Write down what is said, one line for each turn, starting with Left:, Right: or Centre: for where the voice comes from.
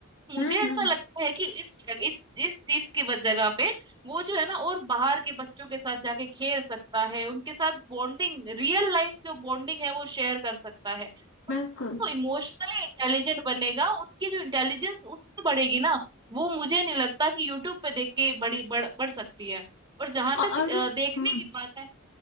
Right: मुझे
Left: हम्म
Right: ऐसा
Left: हम्म
Right: लगता है कि इस इस इस चीज की वज- जगह पे वो जो है ना और बाहर के बच्चों के साथ जाके खेल सकता है उनके साथ बॉन्डिंग रियल लाइफ जो बॉन्डिंग है वो शेयर कर सकता है
Left: बिल्कुल
Right: उस- तो इमोशनली इंटेलिजेंट बनेगा उनकी जो इंटेलिजेंस उससे बढ़ेगी ना वो मुझे नहीं लगता कि यूट्यूब पे देख के बड़ी बढ़ बढ़ सकती है और जहां
Left: और
Right: तक
Left: और-
Right: अ, देखने
Left: हम्म
Right: की बात है